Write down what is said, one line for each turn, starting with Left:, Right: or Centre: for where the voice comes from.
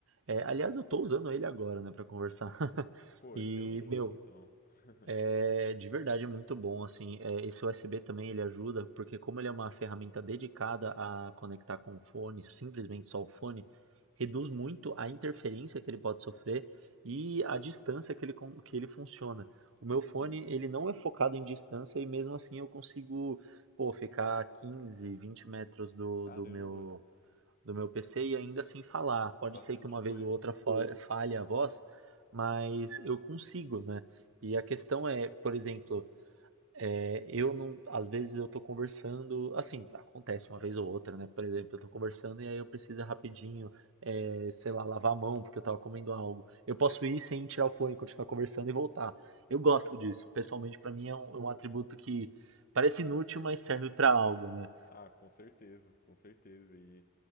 Right: É, aliás, eu tô usando ele agora, né, para conversar. <laughs>
Left: Pô,
Right: E,
Left: excelente,
Right: meu,
Left: então. <laughs>
Right: é, de verdade é muito bom, assim, é, esse USB também ele ajuda, porque como ele é uma ferramenta dedicada a conectar com o fone, simplesmente só o fone, reduz muito a interferência que ele pode sofrer e a distância que ele, con- que ele funciona. O meu
Left: Uhum.
Right: fone, ele não é focado em distância e mesmo assim eu consigo, pô, ficar 15 20 metros do,
Left: Caramba,
Right: do meu, do meu PC e ainda assim falar. Pode
Left: bastante
Right: ser que uma
Left: coisa.
Right: vez ou outra fa- falhe a voz, mas eu consigo, né? E a questão é, por exemplo, é, eu não, às vezes eu tô conversando, assim, acontece uma vez ou outra, né? Por exemplo, eu tô conversando e aí eu preciso rapidinho, é, sei lá, lavar a mão porque eu tava comendo algo. Eu posso ir sem tirar o fone, continuar conversando e voltar. Eu gosto disso. Pessoalmente, pra mim é um, é um atributo que parece inútil, mas serve pra algo, né?
Left: Ah, com certeza, com certeza. E